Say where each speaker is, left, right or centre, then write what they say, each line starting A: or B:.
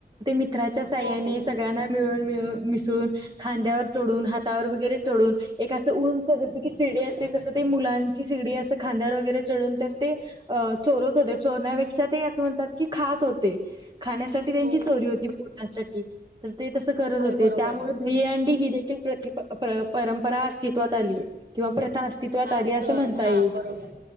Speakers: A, on the right; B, on the right.
A: अकराच्या साहाय्याने
B: हो हो
A: सगळ्यांना
B: हो
A: मिळून मिळून मिसळून खांद्यावर चढून हातावर वगैरे चढून एक असं उंच जस की फिडे असतील तस ते मुलांची सिडी असं खांदार वगैरे चढून तर ते अ चोरत होते चोरण्यापेक्षा ते असं म्हणतात की खात होते खाण्यासाठी त्यांची
B: हो
A: चोरी
B: हो हो
A: होती पोटासाठी तर ते तसं करत
B: होय
A: होते
B: बरोबर
A: त्यामुळे भ अँ डी ही देखील प्रकि परंपरा अस्तित्वात आली किंवा अस्तित्वात
B: हा
A: आली असं
B: सण
A: म्हणता
B: हा
A: येईल
B: बरोबर